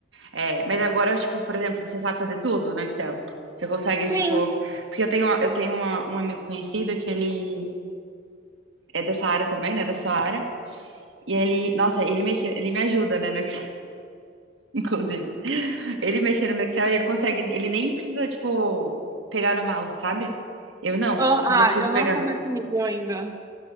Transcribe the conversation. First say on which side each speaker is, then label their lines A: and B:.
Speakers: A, on the right; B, on the right.
A: É, mas agora, tipo, por exemplo, você sabe fazer tudo no Excel? Você consegue,
B: Sim.
A: tipo... Porque eu tenho, eu tenho uma- um amigo conhecido que ele é dessa área também, né, da sua área. E ele, nossa, ele mexer, ele me ajuda, né, no Excel, <laughs> inclusive. Ele mexendo no Excel, ele não consegue, ele nem precisa, tipo, pegar no mouse, sabe? Eu não,
B: Ah,
A: eu já preciso
B: ah, eu
A: pegar.
B: não sou
A: no-
B: nesse nível ainda.